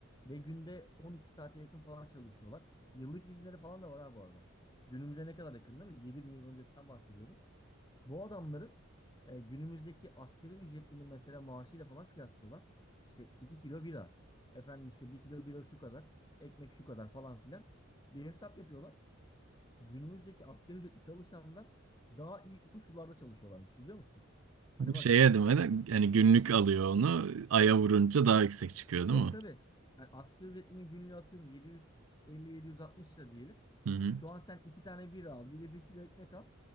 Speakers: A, on the left (about 20°); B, on the right (about 80°).
A: Ve günde 12 saate yakın falan çalışıyorlar. Yıllık izinleri falan da var ha bu arada. Günümüze ne kadar yakın değil mi? 7000 yıl öncesinden bahsediyorum. Bu adamların e, günümüzdeki askeri ücretlerini mesela maaşıyla falan kıyaslıyorlar. İşte 2 kilo bira. Efendim işte bir kilo bira şu kadar. Ekmek şu kadar falan filan. Bir hesap yapıyorlar. Günümüzdeki askeri ücretli çalışandan daha iyi koşullarda çalışıyorlarmış biliyor musun? Hani
B: Bu
A: bak
B: şey adımı da yani günlük alıyor onu. Aya vurunca daha yüksek çıkıyor değil
A: tabii
B: mi?
A: tabii. Yani asgari ücretlinin günlüğü atıyorum 750-760 lira diyelim.
B: Hı hı.
A: Şu an sen iki tane bira al bir de bir kilo ekmek al.